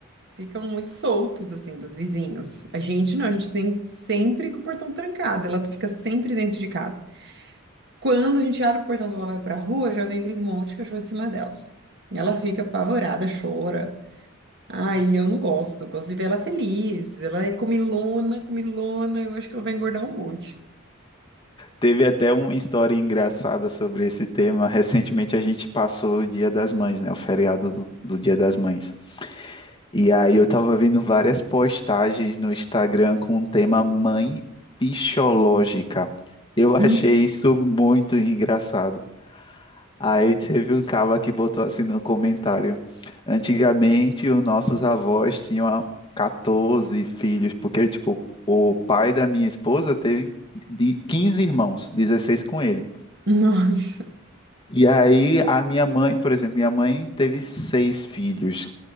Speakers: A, on the right; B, on the left.
A: Ficam muito soltos, assim, dos vizinhos. A gente não, a gente tem sempre com o portão trancado, ela fica sempre dentro de casa. Quando a gente abre o portão que ela vai pra rua, já vem aquele monte de cachorro em cima dela. Ela fica apavorada, chora. Ai, eu não gosto, eu gosto de ver ela feliz. Ela é comilona, comilona, eu acho que ela vai engordar um monte.
B: Teve até uma história engraçada sobre esse tema. Recentemente a gente passou o Dia das Mães, né? O feriado do, do Dia das Mães. E aí eu tava vendo várias postagens no Instagram com o tema mãe pichológica. Eu achei
A: Hum,
B: isso muito engraçado. Aí teve um cara que botou assim no comentário. Antigamente, os nossos avós tinham a- 14 filhos, porque, tipo, o pai da minha esposa teve de 15 irmãos, 16 com ele.
A: <laughs> Nossa,
B: E aí, a minha mãe, por exemplo, minha mãe teve seis filhos.